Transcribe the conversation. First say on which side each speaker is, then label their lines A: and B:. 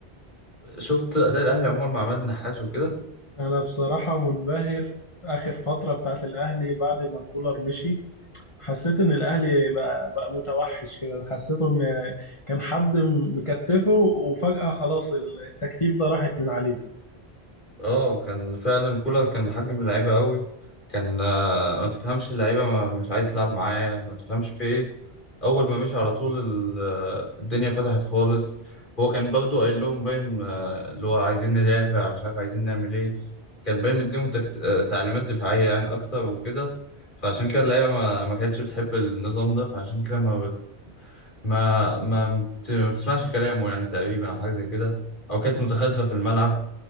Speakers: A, on the left (about 50°); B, on the left (about 30°).
A: شفت اداء الاهلي عموما مع عماد النحاس وكده
B: انا بصراحة منبهر اخر فترة بتاعت الاهلي بعد ما كولر مشي حسيت ان الاهلي بقى بقى متوحش كده حسيته ان كان حد مكتفه وفجأة خلاص التكتيف ده راحت من عليه
A: اه كان فعلا كولر كان محجم اللعيبه قوي كان آه، ما تفهمش اللعيبه ما- مش عايز تلعب معاه ما تفهمش في ايه اول ما مشي على طول ال- آه، الدنيا فتحت خالص هو كان برضه قايل لهم باين آه، اللي هو عايزين ندافع مش عارف عايزين نعمل ايه كان باين مديهم تكت... آه، تعليمات دفاعيه يعني اكتر وكده فعشان كده اللعيبه ما... ما كانتش بتحب النظام ده فعشان كده ما ما ما بت- ما بتسمعش كلامه يعني تقريبا او حاجه زي كده او كانت متخاذله في الملعب